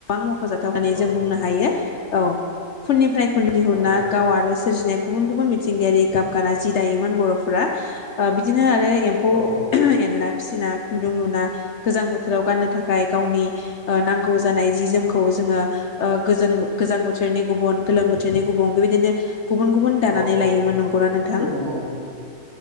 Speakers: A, on the left; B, on the right.
A: मखजाथाव होननानै
B: औ
A: जों बुंनो हायो औ खुनिफ्राय खुन्दुं दिहुनना
B: औ
A: गाव आरो सोरजिनाय गुबुन गुबुन मिथिंगायारि गाबगाना जि दायोमोन बर'फोरा ओ बिदिनो बिदिनो आरो एम्फौ-एनला
B: औ
A: फिसिनाय खुन्दुं लुना गोजां बोथोराव गाननो थाखाय गावनि ओ नांगौ जानाय जि जोमखौ जोङो ओ गोजोन गोजां बोथोरनि गुबुन गोलोम बोथोरनि गुबुन बेबायदिनो गुबुन गुबुन दानानै
B: औ औ
A: लायोमोन नंगौना नोंथां
B: गुबुन